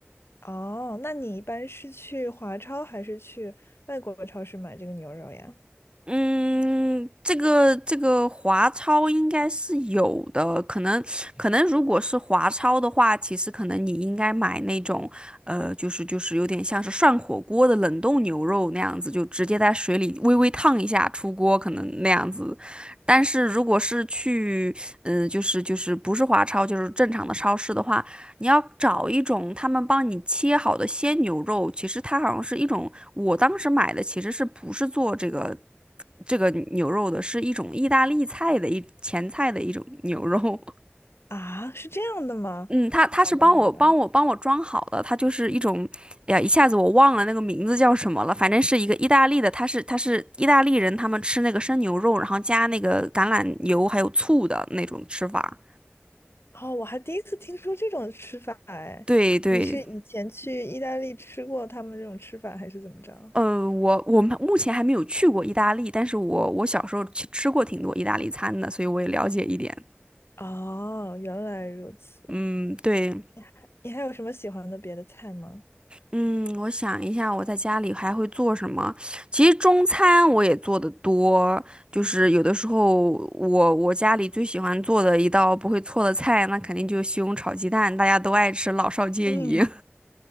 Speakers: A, on the left; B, on the right.
A: 哦，那你一般是去华超还是去外国超市买这个牛肉呀？
B: 嗯，这个这个华超应该是有的，可能可能如果是华超的话，其实可能你应该买那种，呃，就是就是有点像是涮火锅的冷冻牛肉那样子，就直接在水里微微烫一下出锅，可能那样子。但是如果是去，嗯、就是就是不是华超，就是正常的超市的话，你要找一种他们帮你切好的鲜牛肉，其实它好像是一种，我当时买的其实是不是做这个。这个牛肉的，是一种意大利菜的一前菜的一种牛肉。
A: 啊，是这样的吗？
B: 嗯，他他是帮我帮我帮我装好的，
A: 好的好的。
B: 它就是一种，哎呀，一下子我忘了那个名字叫什么了，反正是一个意大利的，他是他是意大利人，他们吃那个生牛肉，然后加那个橄榄油还有醋的那种吃法。
A: 哦，我还第一次听说这种吃法哎，
B: 对对，
A: 你是以前去意大利吃过他们这种吃法，还是怎么着？
B: 呃，我我们目前还没有去过意大利，但是我我小时候吃吃过挺多意大利餐的，所以我也了解一点。
A: 哦，原来如此。
B: 嗯，对，
A: 你还你还有什么喜欢的别的菜吗？
B: 嗯，我想一下，我在家里还会做什么？其实中餐我也做的多，就是有的时候我我家里最喜欢做的一道不会错的菜，那肯定就是西红柿炒鸡蛋，大家都爱吃，老少皆宜。
A: 嗯，